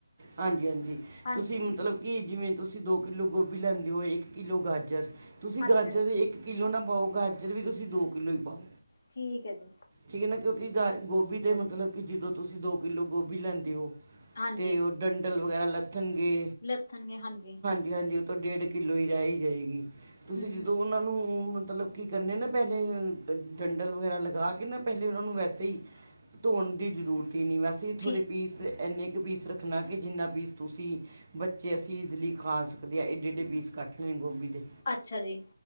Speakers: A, on the right; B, on the left.
A: ਹਾਂਜੀ ਹਾਂਜੀ
B: ਹਾਂਜੀ
A: ਤੁਸੀਂ ਮਤਲਬ ਕਿ ਜਿਵੇਂ ਤੁਸੀਂ ਦੋ ਕਿੱਲੋ ਗੋਭੀ ਲੈਂਦੇ ਹੋ ਇੱਕ ਕਿੱਲੋ ਗਾਜਰ ਤੁਸੀਂ
B: ਅੱਛਾ
A: ਗਾਜਰ
B: ਜੀ,
A: ਦੇ ਇੱਕ ਕਿੱਲੋ ਨਾ ਪਾਓ ਗਾਜਰ ਵੀ ਤੁਸੀਂ ਦੋ ਕਿੱਲੋ ਹੀ ਪਾਓ
B: ਠੀਕ ਹੈ ਜੀ
A: ਠੀਕ ਹੈ ਨਾ ਕਿਉਂਕਿ ਗਾ ਗੋਭੀ ਤੇ ਮਤਲਬ ਕਿ ਜਦੋਂ ਤੁਸੀਂ ਦੋ ਕਿੱਲੋ ਗੋਭੀ ਲੈਂਦੇ ਹੋ
B: ਹਾਂਜੀ,
A: ਤੇ ਉਹ ਡੰਡਲ ਵਗੈਰਾ ਲੱਥਣਗੇ
B: ਲੱਥਣਗੇ ਹਾਂਜੀ
A: ਹਾਂਜੀ ਉਹ ਤੋਂ ਡੇਢ ਕਿੱਲੋ ਹੀ ਰਹਿ ਹੀ ਜਾਏਗੀ ਤੁਸੀਂ
B: ਹੂੰ-ਹੂੰ
A: ਜਦੋਂ ਉਹ ਮਤਲਬ ਕੀ ਕਰਨ ਨਾ ਪਹਿਲਾਂ ਡੰਡਲ ਵਗੈਰਾ ਲਗਾ ਕੇ ਨਾ ਪਹਿ ਉਹਨਾਂ ਨੂੰ ਵੈਸੇ ਹੀ ਧੋਣ ਦੀ ਜ਼ਰੂਰਤ ਹੀ ਨਹੀਂ ਵੈਸੇ
B: ਠੀ
A: ਥੋੜ੍ਹੇ ਪੀਸ ਇੰਨੇ ਕੁ ਪੀਸ ਰੱਖਣਾ ਕਿ ਜਿੰਨਾ ਪੀਸ ਤੁਸੀਂ ਬੱਚੇ ਅਸੀਂ ਇਈਜ਼ਲੀ ਖਾ ਸਕਦੇ ਹਾਂ ਏਡੇ ਏਡੇ ਪੀਸ ਕੱਟ ਲੈ ਗੋਭੀ ਦੇ
B: ਅੱਛਾ ਜੀ